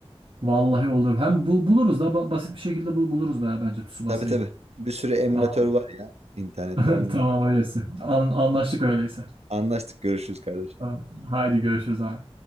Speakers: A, on the right; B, on the right.
A: Vallahi olur. Hem bu buluruz da ba- basit bir şekilde bu buluruz be, bence Tsubasa'yı.
B: Tabii tabii. Bir sürü emülatör
A: Tamam,
B: var ya internette.
A: <laughs>
B: Onunla
A: tamam öyleyse. An- anlaştık öyleyse.
B: anlaştık. Görüşürüz kardeşim.
A: Tamam. Haydi görüşürüz abi.